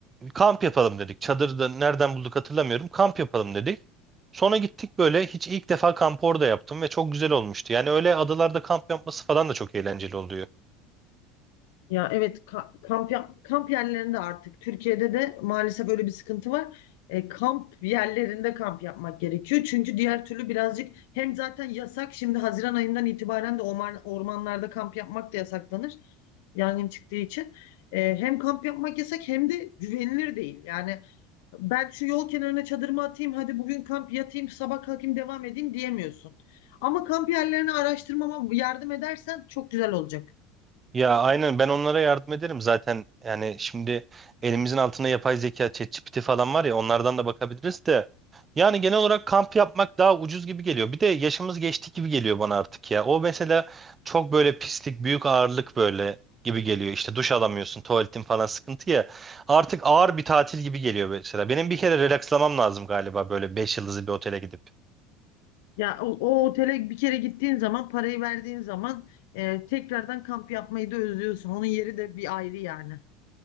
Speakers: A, on the right (about 25°); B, on the left (about 80°).
A: kamp yapalım dedik. Çadırda nereden bulduk hatırlamıyorum. Kamp yapalım dedik. Sonra gittik böyle hiç ilk defa kampı orada yaptım ve çok güzel olmuştu. Yani öyle adalarda kamp yapması falan da çok eğlenceli oluyor.
B: Ya evet ka- kamp yap- kamp yerlerinde artık Türkiye'de de maalesef öyle bir sıkıntı var. E, kamp yerlerinde kamp yapmak gerekiyor. Çünkü diğer türlü birazcık hem zaten yasak şimdi Haziran ayından itibaren de orman, ormanlarda kamp yapmak da yasaklanır. Yangın çıktığı için. E, hem kamp yapmak yasak hem de güvenilir değil. Yani ben şu yol kenarına çadırımı atayım hadi bugün kamp yatayım sabah kalkayım devam edeyim diyemiyorsun. Ama kamp yerlerini araştırmama yardım edersen çok güzel olacak.
A: Ya aynen ben onlara yardım ederim zaten. Yani şimdi elimizin altında yapay zeka, ChatGPT falan var ya onlardan da bakabiliriz de. Yani genel olarak kamp yapmak daha ucuz gibi geliyor. Bir de yaşımız geçti gibi geliyor bana artık ya. O mesela çok böyle pislik, büyük ağırlık böyle gibi geliyor. İşte duş alamıyorsun, tuvaletin falan sıkıntı ya. Artık ağır bir tatil gibi geliyor mesela. Benim bir kere relakslamam lazım galiba böyle 5 yıldızlı bir otele gidip.
B: Ya o, o otele bir kere gittiğin zaman parayı verdiğin zaman e, tekrardan kamp yapmayı da özlüyorsun. Onun yeri de bir ayrı yani.